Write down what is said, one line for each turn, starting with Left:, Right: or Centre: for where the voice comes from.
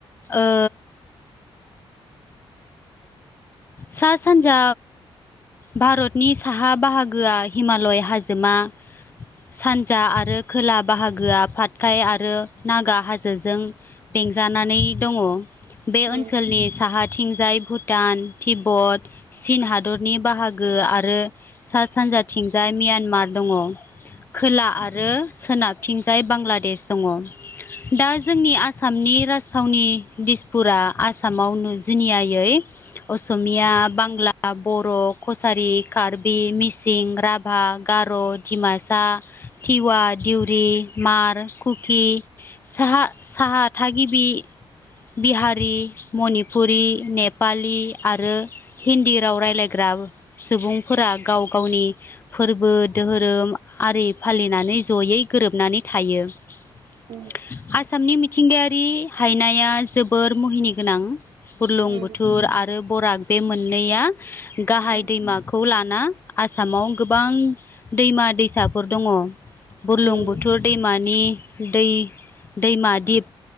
Left: ओ सा सानजा भारतनि साहा बाहागोआ हिमालय हाजोमा सानजा आरो खोला बाहागोआ फातखाय आरो नागा हाजोजों बेंजानानै दङ बे
Right: उम
Left: ओनसोलनि साहाथिं जाय भुटान तिब्बत चीन हादर नि बाहागो आरो सा सानजाथिंजाय म्यानमार दङ । खोला आरो सोनाबथिंजाय बांलादेश दङ । दा जोंनि आसामनि राज थावनि दिसफुरा आसामाव जुनियायै असमिया बांला बर', कसारि, कार्बि, मिसिं, राभा, गार, डिमासा टिवा, दिउरि, मार, कुकि, साहा साहा थागिबि बिहारि, मणिपुरि, नेपालि आरो हिन्दी राव रायज्लायग्रा सुबुंफोरा गाव गावनि फोरबो धोरोम आरि फालिनानै जयै गोरोबनानै थायो ।
Right: उम
Left: आसामनि मिथिंगायारि हायनाया जोबोर मुहिनि गोनां । बुरलुंबुथुर
Right: उम
Left: आरो बराक बे मोननैया गाहाय
Right: उम
Left: दैमाखौ लाना आसामाव गोबां दैमा दैसाफोर दङ । बुरलुंबुथुर
Right: उम उम
Left: दैमानि दै दैमा दिप